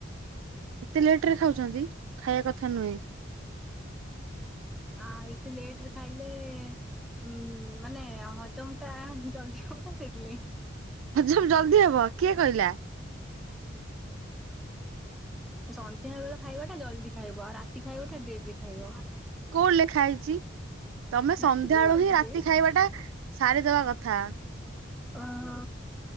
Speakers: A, on the right; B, in the centre.
A: ଏତେ ଲେଟରରେ ଖାଉ ଅଛନ୍ତି ଖାଇବା କଥା ନୁହେଁ।
B: ଆ ଏତେ ଲେଟ ରେ ଖାଇଲେ ଉଁ ମାନେ ହଜମଟା ଜଲଦି ହବ ତ ସେଥିଲାଗି।
A: ହଜମ ଜଲ ଜଦି ହବ କିଏ କହିଲା?
B: ସନ୍ଧ୍ୟା ବେଳ ଖାଇବା ଟା ଜଲଦି ଖାଇବ ଆଉ ରାତି ଖାଇବା ଟା ଡେରିରେ ଖାଇବ।
A: କୋଉଠି ଲେଖା ହେଇଛି ତମେ ସନ୍ଧ୍ୟାବେଳୁ
B: ରାତି ର ଜଲଦି
A: ହିଁ ରାତି
B: ହୁଏ
A: ଖାଇବାଟା ସାରିଦବା କଥା
B: ଅହ।